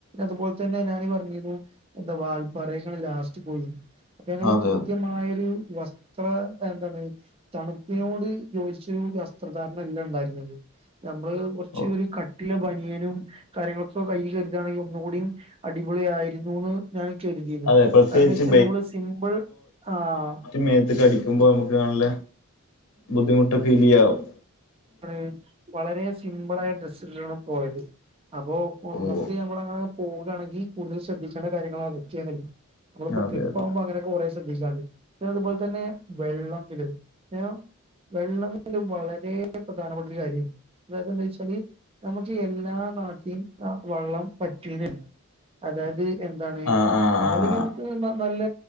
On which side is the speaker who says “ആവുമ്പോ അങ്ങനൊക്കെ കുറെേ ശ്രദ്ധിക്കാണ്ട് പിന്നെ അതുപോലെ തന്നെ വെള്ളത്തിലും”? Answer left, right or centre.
Right